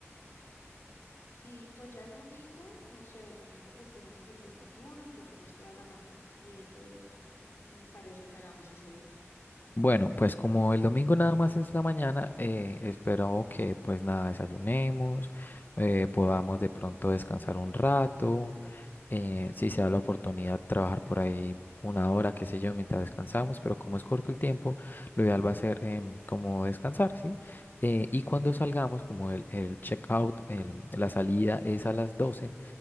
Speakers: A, on the left; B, on the left.
A: Sí, pues ya el domingo, no sé, el domingo pues tenemos el desayuno y tenemos toda la mañana. ¿Qué te mm, parece que hagamos ese día?
B: Bueno, pues como el domingo nada más es la mañana, eh, espero que pues nada, desayunemos, eh, podamos de pronto descansar un rato, eh, si se da la oportunidad trabajar por ahí una hora, qué sé yo, mientras descansamos, pero como es corto el tiempo, lo ideal va a ser em, como descansar, ¿sí? Eh, y cuando salgamos, como el, el check-out, el- la salida es a las 12,